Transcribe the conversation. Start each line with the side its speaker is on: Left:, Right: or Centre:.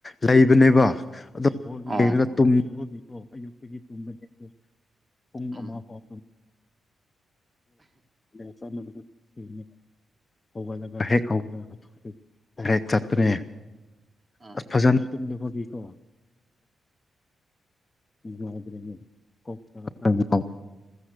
Left: ꯂꯩꯕꯅꯦꯕ ꯑꯗꯣ ꯕꯣꯜ ꯌꯦꯡꯉꯒ
Right: ꯑꯣ
Left: ꯇꯨꯝꯗꯕꯒꯤꯀꯣ ꯑꯌꯨꯛꯇꯒꯤ ꯇꯨꯝꯕꯅꯦ ꯄꯨꯡ
Right: ꯎꯝ
Left: ꯑꯃ ꯐꯥꯎ <unintelligible> <unintelligible> ꯆꯠꯇ꯭ꯔꯦ
Right: ꯎꯝ
Left: ꯑꯁ ꯐꯖꯅ ꯇꯨꯝꯗꯕꯒꯤꯀꯣ <unintelligible> <unintelligible>